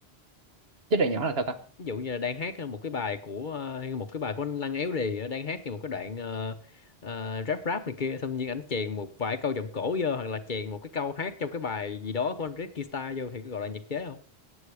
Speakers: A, on the right (about 65°); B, on the left (about 50°).
A: chứ này nhỏ là sao ta
B: ví dụ như là đang hát ờ, một cái bài của ờ, một cái bài của anh Lăng Éo Đì ờ, đang hát như một cái đoạn ờ, ờ, rap rap này kia xong nhiên anh chèn một vài câu giọng cổ vô hoặc là chèn một cái câu hát trong cái bài gì đó của anh Red Guitar vô thì có gọi là nhạc chế không